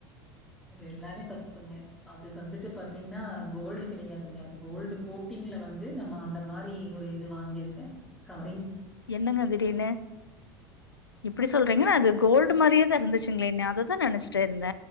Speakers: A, in the centre; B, on the left.
A: இது எல்லாமே தப்புங்க அது வந்துட்டு பாத்தீங்னா கோல்டு கிடையாதுங்க கோல்டு கோட்டிங் ங்ல வந்து நம்ம அந்த மாரி ஒரு இது வாங்கிருக்கே கவ்
B: என்னங்க திடீர்னு இப்டி ம் சொல்றீங்க ‌அது கோல்டு மாரியே தா ‌இருந்துச் சுங்ளே ந அத தா நெனச்ட்டே இருந்த